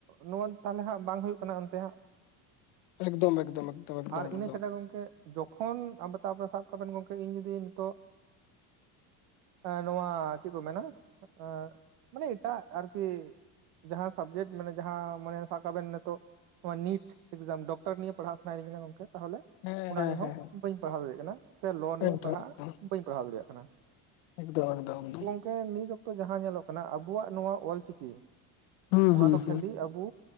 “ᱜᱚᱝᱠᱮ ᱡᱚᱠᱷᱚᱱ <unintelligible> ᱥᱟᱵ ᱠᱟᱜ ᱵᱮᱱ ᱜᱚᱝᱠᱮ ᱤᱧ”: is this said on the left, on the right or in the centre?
Right